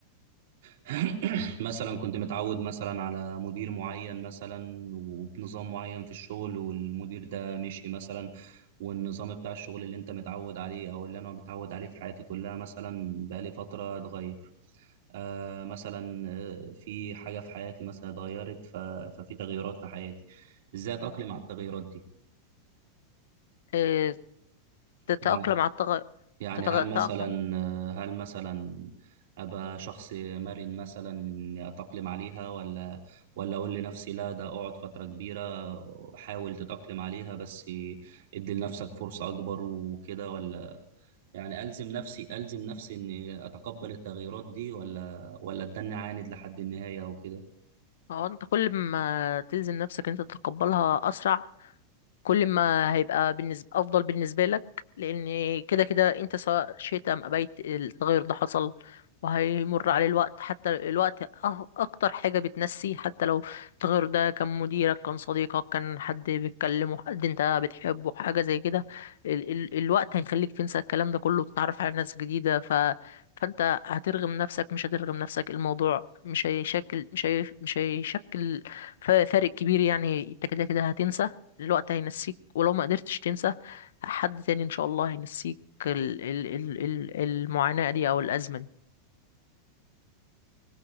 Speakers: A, on the right; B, on the left.
A: <coughs> <clears throat> مثلا كنت متعود مثلا على مدير معين مثلا وبنظام معين في الشغل والمدير ده مشي مثلا والنظام بتاع الشغل اللي انت متعود عليه او اللي انا متعود عليه في حياتي كلها مثلا بقالي فترة اتغير آه مثلا آه، في حاجة في حياتي مثلا اتغيرت ف- ففي تغيرات في حياتي ازاي اتأقلم على التغيرات دي
B: إيه، تتأقلم
A: يعني
B: على التغير
A: يعني
B: تتأقلم
A: هل مثلا هل مثلا أبقى شخص مرن مثلا إني أتأقلم عليها ولا ولا أقول لنفسي لا ده أقعد فترة كبيرة حاول تتأقلم عليها بس إدي لنفسك فرصة أكبر وكده ولا يعني ألزم نفسي ألزم نفسي إني أتقبل التغييرات دي ولا ولا أتدنى عاند لحد النهاية وكده
B: هو انت كل ما تلزم نفسك انت تتقبلها اسرع كل ما هيبقى بالنسبة أفضل بالنسبة لك لأن كده كده أنت سواء شئت أم أبيت التغير ده حصل وهيمر عليه الوقت حتى الوقت أه- أكتر حاجة بتنسي حتى لو التغير ده كان مديرك كان صديقك كان حد بتكلمه حد أنت بتحبه حاجة زي كده ال ال الوقت هيخليك تنسى الكلام ده كله وتتعرف على ناس جديدة ف فأنت هترغم نفسك مش هترغم نفسك الموضوع مش هيشكل مش هي مش هيشكل ف- فارق كبير يعني أنت كده كده هتنسى الوقت هينسيك ولو ما قدرتش تنسى حد تاني ان شاء الله هينسيك ال ال ال ال المعاناة دي او الازمة دي